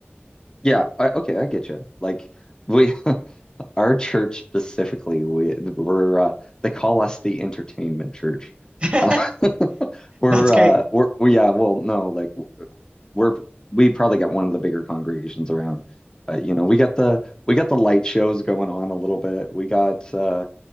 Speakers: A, on the left; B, on the right.
A: Yeah, I, okay, I get you. Like we, <laughs> our church specifically, we we're uh, they call us the entertainment church.
B: <laughs>
A: Uh, <laughs> we're
B: That's great.
A: uh we're we, yeah, well, no, like we're we probably got one of the bigger congregations around. But you know, we got the we got the light shows going on a little bit. We got uh,